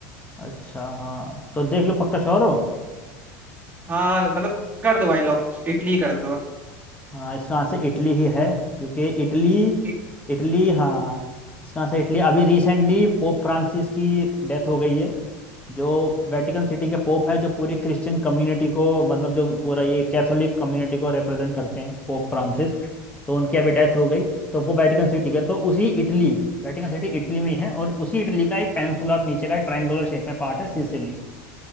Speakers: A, on the left (about 15°); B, on the right (about 15°).
A: अच्छा हाँ तो देख लो पक्का श्योर हो
B: हाँ मतलब कर दो भाई लॉक इटली कर दो आप
A: हाँ इसका आंसर इटली ही है क्योंकि इटली
B: इ-
A: इटली हाँ इसका आंसर इटली अभी रिसेंटली पोप फ्रांसिस की डेथ हो गई है जो वेटिकन सिटी के पोप हैं जो पूरी क्रिश्चियन कम्युनिटी को मतलब जो पूरा ये कैथोलिक कम्युनिटी को रिप्रेजेंट करते हैं पोप फ्रांसिस तो उनकी अभी डेथ हो गई तो वो वेटिकन सिटी के तो उसी इटली वेटिकन सिटी इटली में ही है और उसी इटली का एक पेनिनसुलर नीचे का ट्रायंगुलर शेप में पार्ट है सिसिली